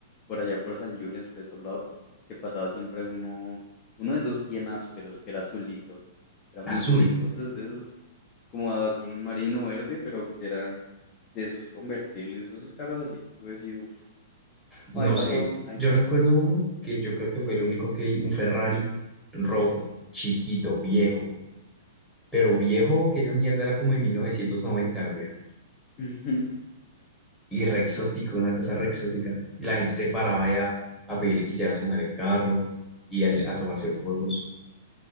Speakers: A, on the left (about 30°); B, in the centre.
A: por allá por San Julián, por esos lados, que pasaba siempre uno, uno de esos bien ásperos, que era azulito, que era muy
B: Azul.
A: bonito. O sea, es de esos como azul marino verde, pero que eran de esos convertibles, esos carros así que tú decís, uff,
B: No
A: ahí pasaban,
B: sé.
A: ahí,
B: Yo recuerdo uno que yo creo que fue el único que vi, un Ferrari rojo, chiquito, viejo. Pero viejo, que esa mierda era como de 1990, weón.
A: <laughs>
B: Y
A: harto.
B: re exótico, una cosa re exótica. Y la gente se paraba ya a pedirle que hiciera sonar el carro y a, a tomarse fotos.